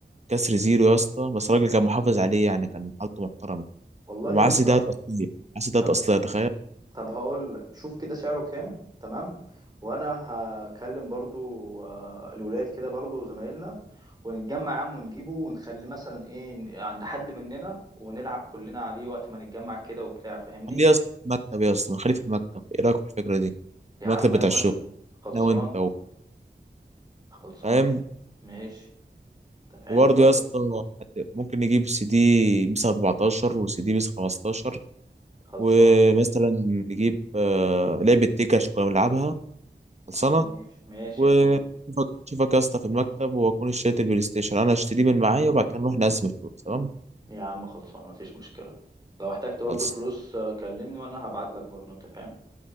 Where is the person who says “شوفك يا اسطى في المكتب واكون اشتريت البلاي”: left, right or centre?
Right